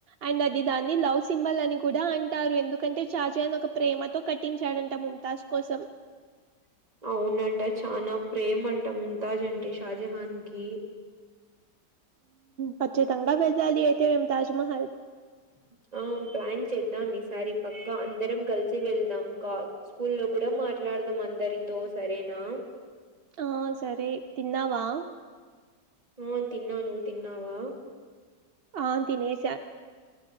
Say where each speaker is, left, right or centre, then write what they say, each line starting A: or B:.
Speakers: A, on the right; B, on the right.
A: అండ్ అది దాన్ని లవ్ సింబల్ అని కూడా అంటారు ఎందుకంటే ఒక ప్రేమతో కట్టించాడంట ముంతాజ్ కోసం
B: <inaudible> అవునంట చానా ప్రేమంట ముంతాజ్ అంటే షాజహాన్ కి <inaudible>
A: కచ్చితంగా వెళ్లాలి అయితే తాజ్ మహల్
B: <inaudible> ఆ ప్లాన్ చేద్దాం ఈసారి పక్క అందరం కలిసి వెళ్దాం క స్కూల్లో కూడా మాట్లా మందరితో సరేనా
A: ఆ సరే తిన్నావా
B: ఆ తిన్నా నువ్వు తిన్నావా
A: ఆ తినేస